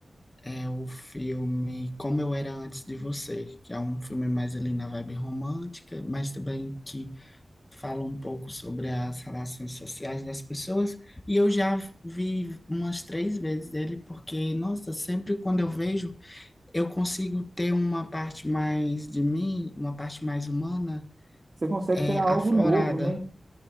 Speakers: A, on the left; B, on the right.
A: É o filme Como Eu Era Antes de Você, que é um filme mais ali na vibe romântica, mas também que fala um pouco sobre as relações sociais das pessoas. E eu já vi umas três vezes ele, porque, nossa, sempre quando eu vejo, eu consigo ter uma parte mais de mim, uma parte mais humana,
B: Você consegue
A: é,
B: tirar
A: aflorada.
B: algo novo, né?